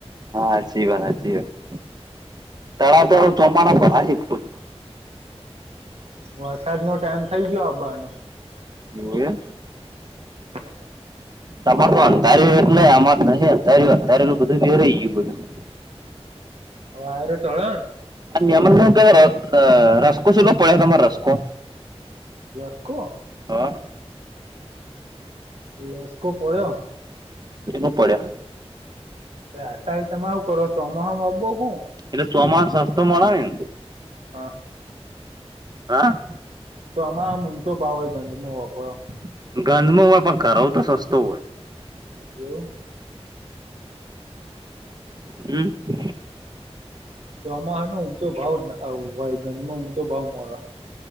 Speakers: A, on the right; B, on the right.
A: હા હાચી વાત હાચી વાત. તળાવ તો હવે ચોમાહા ના ભરાઈ હ.
B: વરસાદનો ટાઈમ થઈ ગયો આબાનો.
A: એવું હે.
B: <inaudible>
A: તમાર તો અંધારિયું એટલે આમાર તો નહીં અંધારિયું અંધારેલું બધું વેરેયું ગ્યું બધું.
B: વાયરો તડીયોન.
A: આ નિયમનના ઘરે રસકો સે કે પડ્યા તમાર રસકો.
B: રસકો?
A: હા.
B: લેસકો પડ્યો.
A: કેમ હ પડ્યા.
B: અતારે તમે હું કરો ચોમાહામમાં બોહું.
A: એટલે ચોમાહા સસ્તો મળેને.
B: હા.
A: હા?
B: ચોમાહા મા ઊંચો ભાવ હોય. <unintelligible>
A: ઘરનું હોય પણ કરવું તો સસ્તુ હોય.
B: એવું.
A: હમ્મ.
B: ચોમાહામા નો ઊંચો ભાવ ભય ગંજમાં ઊંચો ભાવ મળે.